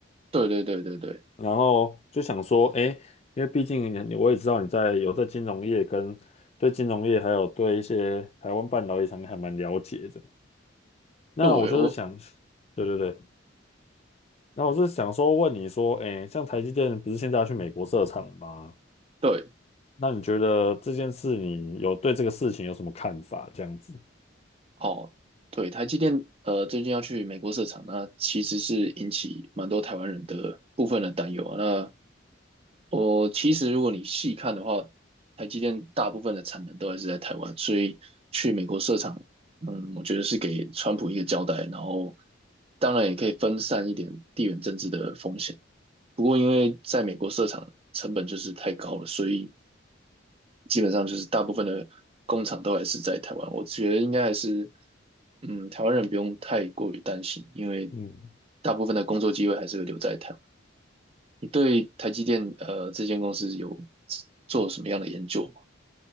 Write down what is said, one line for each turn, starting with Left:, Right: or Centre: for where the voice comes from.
Right: 对对对对对，
Left: 然后就想说，诶，因为毕竟你我也知道你在有在金融业跟对金融业，还有对一些台湾半导体产业还蛮了解的。那我就是想，
Right: 对我
Left: 对对对，那我是想说问你说，诶，像台积电不是现在要去美国设厂吗？
Right: 对
Left: 那你觉得这件事，你有对这个事情有什么看法？这样子，
Right: 哦，对台积电呃，最近要去美国设厂，那其实是引起蛮多台湾人的部分的担忧啊。那我其实如果你细看的话，台积电大部分的产能都还是在台湾，所以去美国设厂，嗯，我觉得是给川普一个交代，然后当然也可以分散一点地缘政治的风险。不过因为在美国设厂成本就是太高了，所以。基本上就是大部分的工厂都还是在台湾。我觉得应该还是，嗯，台湾人不用太过于担心，因为
Left: 嗯
Right: 大部分的工作机会还是会留在台湾。你对台积电呃这间公司有做什么样的研究吗？